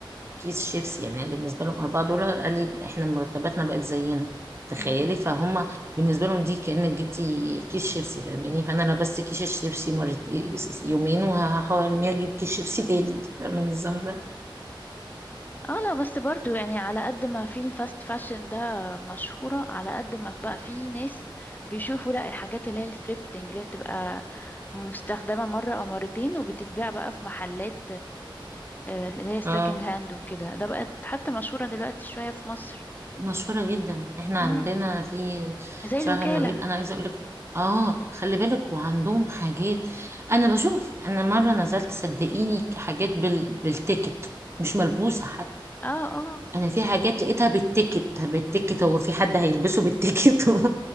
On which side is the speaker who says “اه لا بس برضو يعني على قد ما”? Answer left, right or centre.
Left